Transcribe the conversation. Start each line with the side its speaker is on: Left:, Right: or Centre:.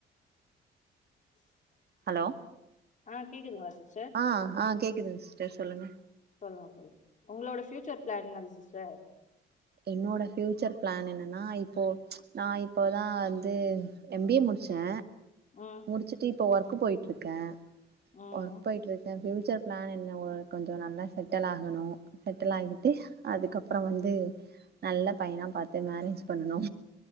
Left: <inaudible>
Right: அலோ
Left: ஆ கேக்குதுங்களா சிஸ்
Right: ஆ ஆ கேக்குதுங்க சிஸ்டர் சொல்லுங்க
Left: சொல்லுங்க சொல் உங்களோட ஃபியூச்சர் பிளான் என்னது சிஸ்டர்
Right: என்னோட ஃப்யூச்சர் பிளான் என்னென்னா இப்போ நா இப்போ தா வந்து எம் பி ஏ முடிச்சே
Left: ம்
Right: முடிச்சிட்டு இப்போ ஒர்க் போயிட்டு இருக்கே
Left: ம்
Right: ஒர்க் போயிட்டுருக்கே ஃபியூச்சர் பிளான் என்ன ஒ கொஞ்சோ நல்லா செட்டல் ஆகணு செட்டில்லாயிகிட்டு
Left: ம்
Right: அதுக்கப்புறோ வந்து நல்ல பையனா பாத்து மேரேஜ் பண்ணணு